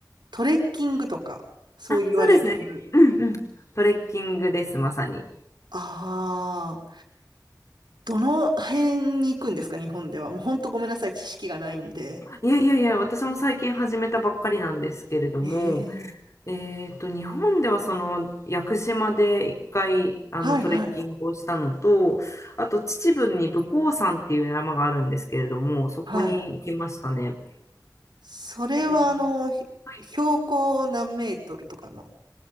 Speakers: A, on the right; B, on the left.
A: トレッキングとか、そう言われている。
B: あ、そうですね。うんうん。トレッキングです、まさに。
A: ああ、どの辺に行くんですか日本では。もう本当ごめんなさい。知識がないんで。
B: いやいやいや、私も最近始めたばっかりなんですけれども、
A: ええ
B: えっと、日本ではその屋久島で一回あのトレッキングをしたのと、
A: はいはい。
B: あと秩父に武甲山っていう山があるんですけれども、そこに行きましたね。
A: はい。それはあの、
B: で
A: ひ標高何メートルとかの、
B: はい